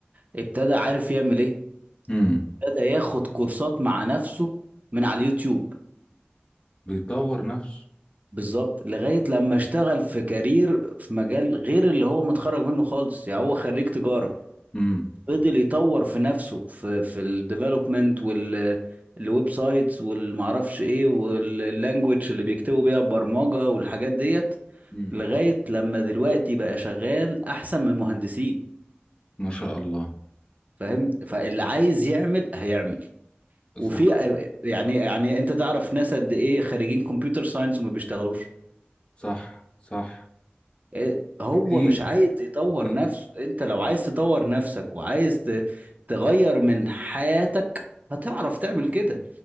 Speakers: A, on the right; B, on the left.
A: ابتدى عارف يعمل ايه
B: امم
A: ابتدى ياخد كورسات مع نفسه من على اليوتيوب
B: بيطور نفسه
A: بالظبط لغاية لما اشتغل في كارير في مجال غير اللي هو متخرج منه خالص يعني هو خريج تجارة
B: امم
A: فضل يطور في نفسه في في الديفلوبمنت وال الويب سايتس والمعرفش ايه واللانجوج اللي بيكتبوا بيها البرمجة والحاجات ديت
B: امم
A: لغاية لما دلوقتي بقى شغال احسن من المهندسين
B: ما شاء الله
A: فاهم فاللي عايز يعمل هيعمل وفي
B: صح
A: يعني يعني انت تعرف ناس قد ايه خريجين كمبيوتر ساينس وما بيشتغلوش
B: صح صح
A: إيه، هو
B: كتير
A: مش عايز يطور
B: كتير
A: نفسه انت لو عايز تطور نفسك وعايز ت- تغير من حياتك هتعرف تعمل كده